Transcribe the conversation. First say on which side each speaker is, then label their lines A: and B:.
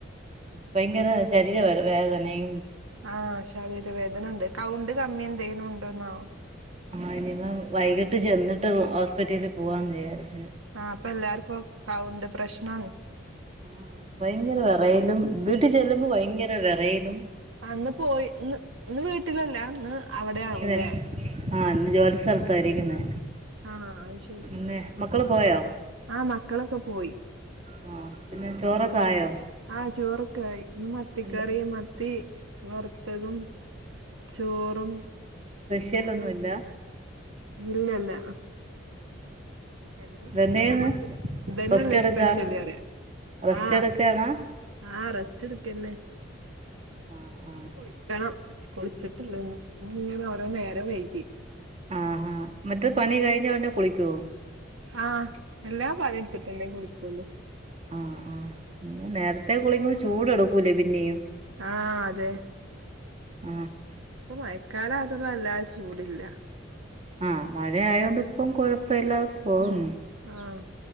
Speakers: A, on the right (about 30°); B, on the right (about 80°).
A: ഭയങ്കര ശരീര വര വേദന ഈ
B: ആ ശാരീരവേദനണ്ട് കൗണ്ട് കമ്മിന്തേലുണ്ടോന്നാവോ
A: ആ ഇനീപ്പോ വൈകിട്ട് ചെന്നിട്ട് ഹോസ്പിറ്റൽ പോവാൻ വിചാരിച്
B: ആ ഇപ്പൊല്ലാർക്കും കൗണ്ട് പ്രശ്നാണ്
A: ഉം ഭയങ്കര വെറയലും വീട്ടിൽ ചെല്ലുമ്പോ ഭയങ്കര വെറയിലും
B: ആ അന്ന് പോയി ഇന്ന് ഇന്ന് വീട്ടിലല്ല ഇന്ന്
A: <inaudible>
B: അവിടെ ആവുംല്ലേ
A: ആ ഇന്ന് ജോലി സ്ഥലത്തായിരിക്കുന്നേ
B: ആ അത്ശരി
A: പിന്നെ മക്കള് പോയോ
B: ആ മക്കളൊക്കെ പോയി
A: ആ പിന്നെ ചോറൊക്കെ ആയോ
B: ആഹ് ചോറക്കായി ഇന്ന് മത്തി
A: എന്താ
B: കറിം മത്തി വറ് ത്തതും ചോറും
A: സ്പെഷ്യലൊന്നുമില്ല
B: അങ്ങനെ ഇല്ലല്ല എന്നും
A: എന്തെയ്യ്ന്ന്
B: ഞമ്മക്ക് ഇതന്നെല്ലേ
A: റസ്റ്റ് എടുക്കാ
B: സ്പെഷല് പറിയാ
A: റസ്റ്റ്
B: ആ
A: എടുക്കാണാ
B: ആ റസ്റ്റ് എട് കെന്നെ
A: ആ ആ
B: ഇൻകുളിക്കണം കുളിച്ചിട്ടില്ല ഇന്നും ഇങ്ങനെ ഓരോ നേരം വൈകി
A: ആഹാ മറ്റ് പണി കഴിഞ്ഞുടനെ കുളിക്കോ
B: ഹാ എല്ലാം പണിട്ത്തിട്ടെന്നെ കുളിക്കുള്ളൂ
A: ആഹ് ആഹ് നേരത്തെ കുളിക്കുമ്പോ ചൂട് എട്ക്കൂലേ പിന്നിം
B: ആ അതെ
A: ആ
B: പ്പൊ മഴക്കാലായതൊണ്ട് വല്ലാ ചൂടില്ല
A: ആ മഴയായോണ്ട്പ്പം കൊഴപ്പല്ലാതെ പോകുന്നു
B: ഉം ആഹ്